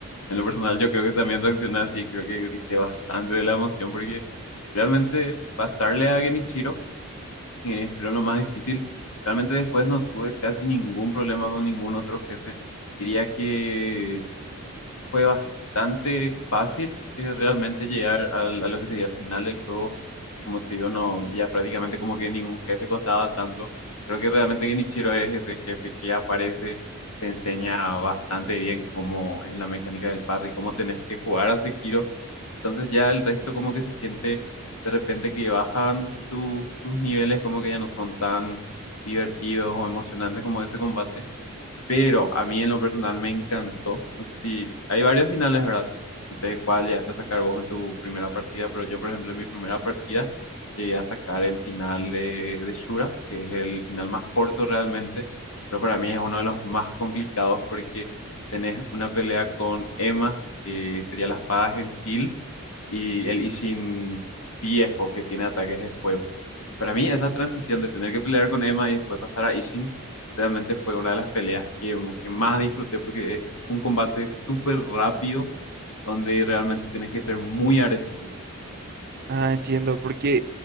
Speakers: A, on the left (about 75°); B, on the right (about 45°).
A: En lo personal, yo creo que también reaccioné así, creo que grité bastante de la emoción porque realmente pasarle a Genichiro es creo lo más difícil. Realmente después no tuve casi ningún problema con ningún otro jefe. Diría que fue bastante fácil eh, realmente llegar al- a lo que sería el final del juego como te digo, no, ya prácticamente como que ningún jefe costaba tanto. Creo que realmente Genichiro es ese jefe que aparece, te enseña bastante bien cómo es la mecánica del parry, cómo tenés que jugar a Sekiro. Entonces ya el resto como que se siente de repente que bajan sus sus niveles, como que ya no son tan divertidos o emocionantes como ese combate. Pero a mí en lo personal me encantó. No sé si hay varios finales, ¿verdad? No sé cuál llegaste a sacar vos en tu primera partida, pero yo, por ejemplo, en mi primera partida llegué a sacar el final de, de Shura, que es el final más corto realmente, pero para mí es uno de los más complicados porque tenés una pelea con Emma, que sería la espada gentil, y el Ishin viejo, que tiene ataques de fuego. Para mí, esa transición de tener que pelear con Emma y después pasar a Ishin, realmente fue una de las peleas que, que más disfruté porque es un combate súper rápido donde realmente tienes que ser muy agresivo.
B: Ah, entiendo, porque